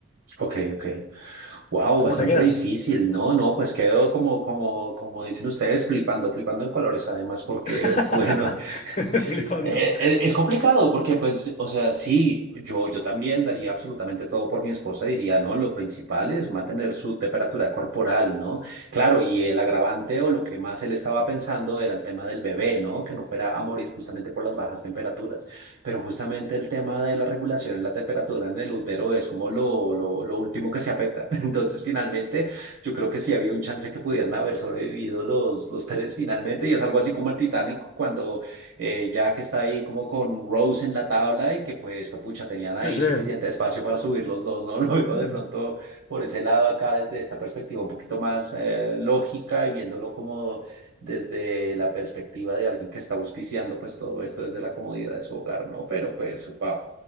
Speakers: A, on the right (about 75°); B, on the left (about 35°).
A: Ok, ok. Wow,
B: ¿Cómo
A: bastante
B: te quedas?
A: difícil, ¿no? No, pues quedó como, como, como dicen ustedes, flipando, flipando en colores, además, porque,
B: <laughs>
A: bueno, <laughs>
B: Flipando.
A: Eh, eh, Es complicado porque, pues, o sea, sí, yo, yo también daría absolutamente todo por mi esposa, diría, no, lo principal es mantener su temperatura corporal, ¿no? Claro, y el agravante o lo que más él estaba pensando era el tema del bebé, ¿no? Que no fuera a morir justamente por las bajas temperaturas, pero justamente el tema de la regulación en la temperatura en el útero es como lo, lo, lo último que se afecta. <laughs> Entonces, finalmente, yo creo que sí había un chance que pudieran haber sobrevivido los, los tres finalmente, y es algo así como el Titanic cuando eh, ya que está ahí como con Rose en la tabla y que pues, pues, pucha, tenían ahí
B: Sí, sí.
A: suficiente espacio para subir los dos, ¿no? <laughs> Lo veo
B: Mm.
A: de pronto por ese lado acá desde esta perspectiva un poquito más eh, lógica y viéndolo como desde la perspectiva de alguien que está auspiciando pues todo esto desde la comodidad de su hogar, ¿no? Pero pues, wow,